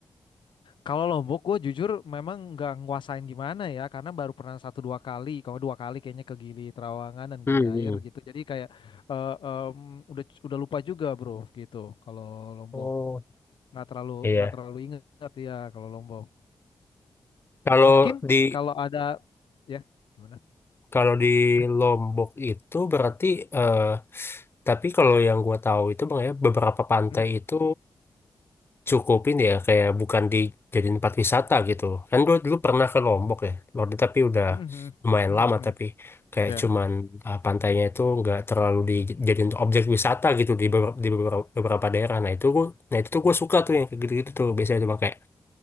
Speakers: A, on the left; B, on the left.
A: Kalau Lombok, gue jujur memang nggak nguasain gimana ya, karena baru pernah satu dua kali, kalau dua kali kayaknya ke Gili Trawangan dan
B: Hmm.
A: Gili Air
B: hmm.
A: gitu. Jadi kayak eh, em, udah udah lupa juga bro gitu. Kalau Lombok
B: Oh
A: nggak terlalu
B: iya
A: nggak terlalu ingat ya kalau Lombok.
B: kalau
A: Mungkin
B: di
A: kalau ada ya gimana?
B: kalau di Lombok itu berarti eh tapi kalau yang gua tahu itu bang ya beberapa pantai
A: Hmm,
B: itu cukupin ya kayak bukan dijadiin tempat wisata gitu kan dulu dulu pernah ke Lombok ya Lombok tapi udah
A: hmm, hmm,
B: lumayan
A: hmm,
B: lama
A: hmm.
B: tapi kayak
A: Ya
B: cuman uh, pantainya itu nggak terlalu dijadiin objek wisata gitu di beberapa, di beberapa, beberapa daerah nah itu gua nah itu tuh gue suka tuh yang kayak gitu-gitu tuh biasanya cuma kayak